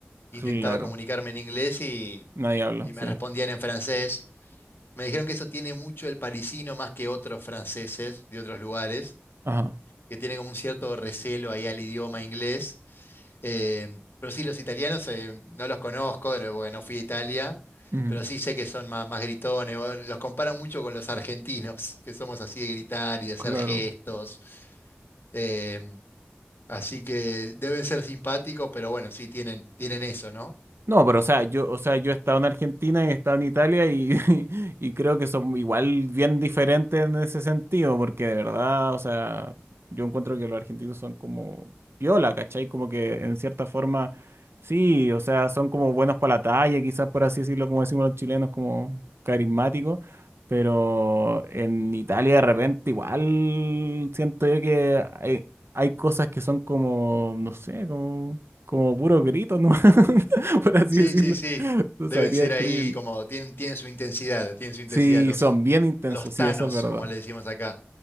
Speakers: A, on the left; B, on the right.
A: Intentaba
B: claro.
A: comunicarme en inglés y,
B: Nadie habla,
A: y
B: sí.
A: me respondían en francés. Me dijeron que eso tiene mucho el parisino más que otros franceses de otros lugares
B: Ajá,
A: que tiene como un cierto recelo ahí al idioma inglés. Eh, pero sí, los italianos eh, no los conozco eh, porque no fui a Italia,
B: ujú,
A: pero sí sé que son más, más gritones. o Los comparan mucho con los argentinos, que somos así de gritar y de hacer
B: claro.
A: gestos. eh, así que deben ser simpáticos, pero bueno, sí, tienen, tienen eso, ¿no?
B: No, pero o sea, yo, o sea, yo he estado en Argentina y he estado en Italia y, <laughs> y creo que son igual bien diferentes en ese sentido, porque de verdad, o sea, yo encuentro que los argentinos son como piola, ¿cachai? Como que en cierta forma, sí, o sea, son como buenos para la talla, quizás por así decirlo, como decimos los chilenos, como carismáticos, pero en Italia de repente igual siento yo que hay, hay cosas que son como, no sé, como, como puro grito, ¿no? <laughs> <laughs> por así
A: Sí,
B: decirlo.
A: sí, sí.
B: No
A: Deben
B: sabría
A: ser
B: describirlo.
A: ahí como, tienen, tienen su intensidad, tienen su intensidad
B: Sí,
A: los,
B: son bien intensos,
A: los tanos,
B: sí, eso es verdad.
A: como le decimos acá.